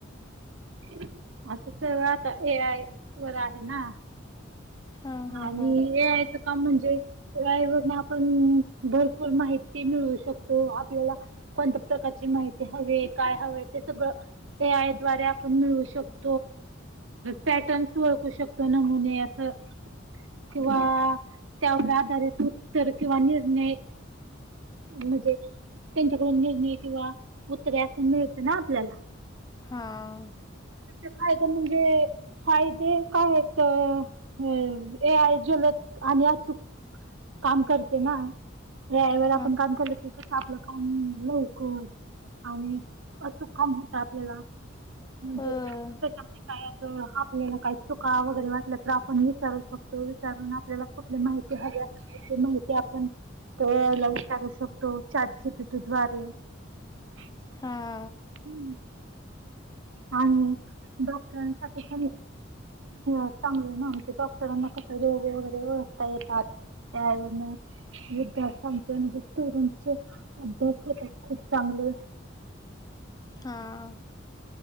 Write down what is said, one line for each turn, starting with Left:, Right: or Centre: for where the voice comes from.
Right: <inaudible> सगळं आता ए आय वर आहे ना
Left: हा
Right: आणि
Left: हा
Right: ए आयच का म्हणजे ड्रायवरने आपण भरपूर माहिती मिळवू शकतो. आपल्याला कोणत्या प्रकारची माहिती हवी काय हवे ते सगळं ए आय द्वारे आपण मिळवू शकतो. <unintelligible> पॅटर्नस ओळखू शकतो नमुने असं किंवा त्यावर आधारित उत्तर किंवा निर्णय म्हणजे त्यांच्याकडून निर्णय किंवा उत्तरे असं मिळतं ना आपल्याला.
Left: हां
Right: हाय काय म्हणजे फायदे काय हेच ए आय जलद आणि अचूक काम करते ना व्याळेवर
Left: हा
Right: आपण काम केलं क कस आपलं काम लवकर आणि अचूक काम होतं आपल्याला
Left: हो
Right: म्हणजे त्याच्यामध्ये काय अस ह आपल्याला काही चुका वगैरे वाटल्या तर आपण विचारू शकतो विचारून आपल्याला कुठली माहिती हवी ते माहिती आपण ते याला विचारू शकतो जीपीटी द्वारे हम्म
Left: हा
Right: आणि डॉक्टरांसाठी नाही चांगलं आहे ना आमच्या डॉक्टरांना कसा रोग वगैरे ओळखता येतात. त्या विद्यार्थ्यांचे म्हणजे स्टुडन्ट च अभ्यास होतात खूप चांगले.
Left: हां